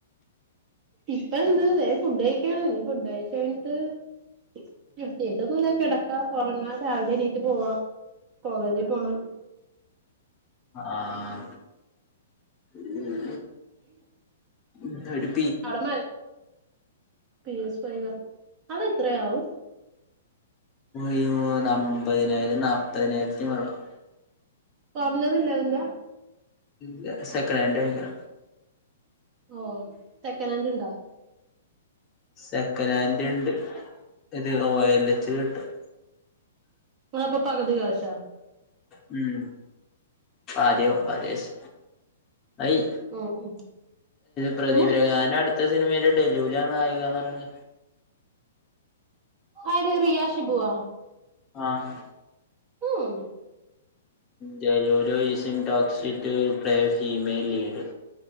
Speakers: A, on the right; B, on the left.
A: ഇപ്പന്താല്ലേ ഫുഡഴിക്കണീ ഫുഡ് കഴിച്ചഴിഞ് <unintelligible> പ്രത്യേട്ടൊന്നുല്യാ കെടക്കാ ഒറങ്ങ രാവിലെണീറ്റ് പോവാ. കോളേജ് പോണം.
B: ആഹ്. ഉം ഇന്നൊരു.
A: അട മേ പി എസ് ഫൈവ അതെത്രയാവും?
B: യ്യൂ അമ്പതിനായിരം നാപതിനായിരത്തി വള്ളം.
A: കുറഞതില്ലാവില്ല.
B: ല്യ സെക്കനാണ്ടോള്ളൂ.
A: ഓഹ് സെക്കാനെന്റ് ൺ
B: സെക്കനാൻഡണ്ട് ഇത് ഓ യൽച് ട്ടും.
A: അതപ്പൊ പകുതി കാശാ
B: ഉം. പാതിയോ
A: ആ
B: പദേസ് അയ്
A: ഉം ഉം
B: പ്രദീപ
A: ഉം
B: രംഗാൻ്റെ അടു ത്തെ സിനിമയില് ഡെലുലാ നായി കറന്ന്
A: ആര് റിയഷിബുവാ?
B: ആഹ്
A: ഉം
B: ഡെലുലു ഈസിം ടോക്സിറ്റു ഫീമെയിൽ ലീഡ്